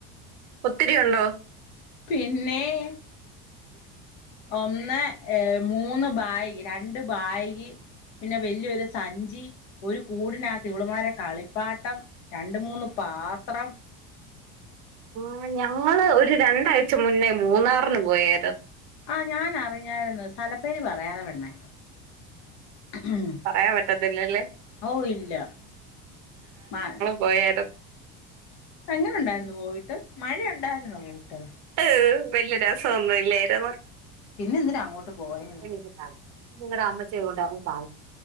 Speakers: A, on the right; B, on the left.
A: ഒത്തിരി ഉണ്ടോ
B: പിന്നെയ് ഒന്ന് ഏഹ് മൂന്ന് ബായിക രണ്ട് ബായിക പിന്നെ വല്യൊരു സഞ്ചി ഒരു കൂടിനത്ത് വളുമാരെ കളിപ്പാട്ടം രണ്ട് മൂന്ന് പാത്രം
A: ആഹ് ഞങ്ങള് ഒരു രണ്ടാഴ്ച മുന്നേ മൂന്നാറിന് പോയേരുന്നു.
B: ആഹ് ഞാനറിഞ്ഞായിരുന്നു സ്ഥലപ്പേരി പറയാതെ പെണ്ണേ ഉം
A: പറയാൻ പറ്റത്തില്ലല്ലേ
B: ഔ ഇല്ല മഴ
A: പോയേര
B: എങ്ങനെണ്ടായിരുന്നു പോയിട്ട്? മഴ ഉണ്ടായിരുന്നോ പോയിട്ട്?
A: ഏഹ് വല്യ രസൊന്നുല്ലേരുന്നു.
B: പിന്നെ എന്തിനാ അങ്ങോട്ട് പോയത്
A: <unintelligible> നിങ്ങടെ അമ്മച്ചീം കൊണ്ട് കാ